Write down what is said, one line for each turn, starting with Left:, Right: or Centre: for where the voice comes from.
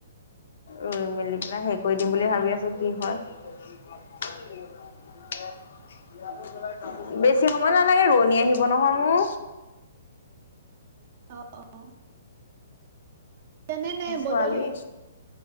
Left: ই মেলি পেলাই হে কৰি দিম বুলি ভাবি আছোঁ কি হয়। <unintelligible> বেছি সময় নালাগে ৰোৱনী আহিব নহয় মোৰ।
Right: অঁ অঁ! নে নে
Left: ছোৱালী-
Right: বদলি